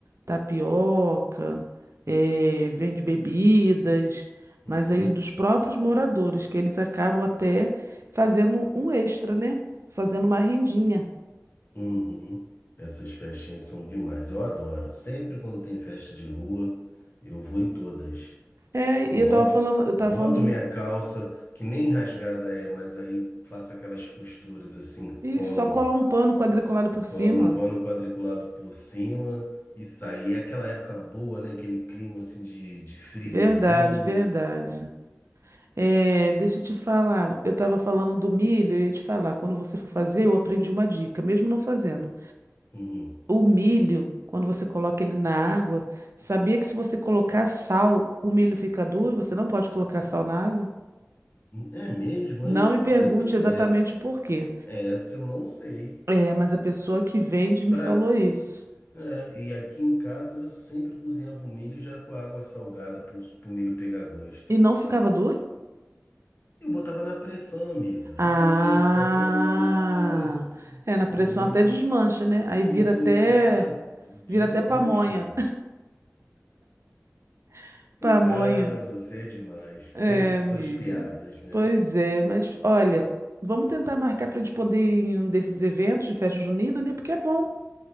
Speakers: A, on the right (about 60°); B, on the left (about 45°).
A: tapioca, eh, vende bebidas, mas
B: uhum.
A: aí dos próprios moradores, que eles acabam até fazendo um extra, né? Fazendo uma rendinha.
B: Uhum. Essas festinhas são demais. Eu adoro. Sempre quando tem festa de rua, eu vou em todas.
A: É,
B: Boto,
A: e eu tava falando, eu tava
B: boto
A: falando do...
B: minha calça, que nem rasgada é, mas aí faço aquelas costuras assim,
A: Ih,
B: colo,
A: só colar um pano quadriculado por
B: colo
A: cima.
B: um pano quadriculado por cima e saio. E é aquela época boa, né? Aquele clima assim de, de friozinho.
A: Verdade, verdade. É, deixa eu te falar, eu tava falando do milho, eu ia te falar, quando você for fazer, eu aprendi uma dica, mesmo não fazendo.
B: Uhum.
A: O milho, quando você coloca ele na água, sabia que se você colocar sal, o milho fica duro? Você não pode colocar sal na água?
B: É mesmo,
A: Não
B: é?
A: me pergunte
B: Essa,
A: exatamente
B: é,
A: o porquê.
B: é essa eu não sei.
A: É, mas a pessoa que vende me
B: Pra,
A: falou isso.
B: É, e aqui em casa eu sempre cozinhava o milho já com a água salgada para o milho pegar gosto.
A: E não ficava duro?
B: Eu botava na pressão, amiga.
A: Ah,
B: Ah, Na pressão aí era.
A: é, na
B: Pô,
A: pressão
B: o milho,
A: até desmancha, né? Aí
B: o
A: vira
B: milho
A: até,
B: se- é, desmancha.
A: vira até pamonha. <laughs> Pamonha.
B: Ah, você é demais.
A: É,
B: Sempre com
A: amiga.
B: suas piadas, né?
A: Pois é, mas olha, vamos tentar marcar para a gente poder ir em um desses eventos de festa junina, né? Porque é bom.